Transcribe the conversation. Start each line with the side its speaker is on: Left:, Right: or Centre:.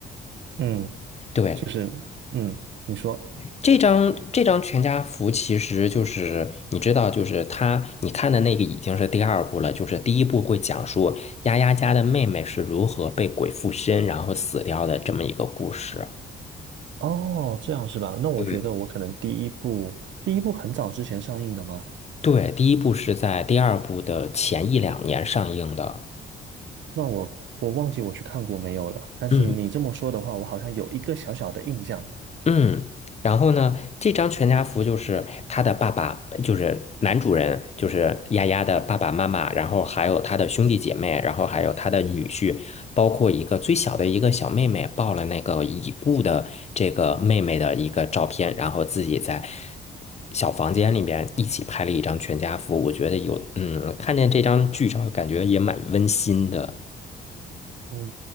Right: 嗯，
Left: 对，
Right: 就是嗯，你说
Left: 这张这张全家福其实就是你知道，就是他你看的那个已经是第二部了，就是第一部会讲述丫丫家的妹妹是如何被鬼附身然后死掉的这么一个故事。
Right: 哦，这样是吧？那我觉得我可能第一部第一部很早之前上映的吗？
Left: 对，对，第一部是在第二部的前一两年上映的。
Right: 那我我忘记我去看过没有了，但是你这么说的话，
Left: 嗯，
Right: 我好像有一个小小的印象。
Left: 嗯，然后呢，这张全家福就是他的爸爸，就是男主人，就是丫丫的爸爸妈妈，然后还有他的兄弟姐妹，然后还有他的女婿，包括一个最小的一个小妹妹抱了那个已故的这个妹妹的一个照片，然后自己在小房间里面一起拍了一张全家福。我觉得有，嗯，看见这张剧照，感觉也蛮温馨的。
Right: 嗯，